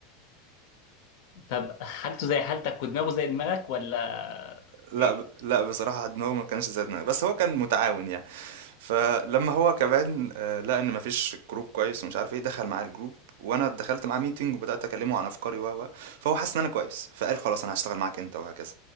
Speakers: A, on the left; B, on the right.
A: طب حالته زي حالتك ودماغه زي دماغك ولا
B: لا
A: ايه
B: ب... لا بصراحه دماغه ما كانش زي دماغي بس هو كان متعاون يعني فلما هو كمان آه، لقى ان مفيش جروب كويس ومش عارف ايه دخل معاه الجروب وانا دخلت معاه ميتنج وبدات اكلمه عن افكاري و و فهو حس ان انا كويس فقال خلاص انا هشتغل معاك انت وهكذا